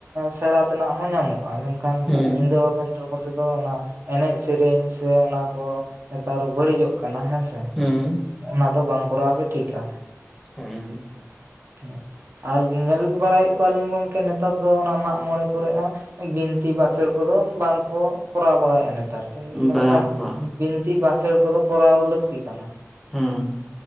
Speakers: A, on the right (about 45°); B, in the centre.
A: ᱥᱮᱬᱟ ᱛᱮᱱᱟᱜ ᱦᱚᱸ ᱧᱟᱢᱚᱜᱼᱟ ᱢᱮᱱ ᱠᱷᱟᱱ
B: ᱦᱩᱸ
A: ᱧᱤᱫᱟᱹ ᱠᱚᱛᱮ ᱫᱚ ᱚᱱᱟ ᱮᱱᱮᱡ ᱥᱮᱨᱮᱧ ᱥᱮ ᱚᱱᱟ ᱠᱚ ᱱᱮᱛᱟᱨ ᱵᱟᱹᱲᱤᱡᱚᱜ ᱠᱟᱱᱟ ᱦᱮᱸ ᱥᱮ
B: ᱦᱩᱸ
A: ᱚᱱᱟ ᱫᱚ ᱵᱟᱝ ᱠᱚᱨᱟᱣ ᱜᱮ ᱴᱷᱤᱠᱟ
B: <unintelligible>
A: ᱦᱮᱸ ᱟᱨ ᱧᱮᱞ ᱵᱟᱲᱟᱭᱮᱫ ᱠᱚᱣᱟ ᱞᱤᱧ ᱜᱚᱝᱠᱮ ᱱᱮᱛᱟᱨ ᱫᱚ ᱚᱱᱟ ᱢᱟᱜ ᱢᱚᱬᱮ ᱠᱚᱨᱮ ᱦᱚᱸ ᱵᱤᱱᱛᱤ ᱵᱟᱠᱷᱮᱬ ᱠᱚ ᱫᱚ ᱵᱟᱝ ᱠᱚ ᱠᱚᱨᱟᱣ ᱵᱟᱲᱟᱭᱮᱜᱼᱟ ᱱᱮᱛᱟᱨ ᱢᱮᱱᱠᱷᱟᱱ
B: ᱵᱟᱯᱟ
A: ᱵᱤᱱ ᱵᱤᱱᱛᱤ ᱵᱟᱠᱷᱮᱬ ᱠᱚᱫᱚ ᱠᱚᱨᱟᱣ ᱞᱟᱹᱠᱛᱤ ᱠᱟᱱᱟ
B: ᱦᱩᱸ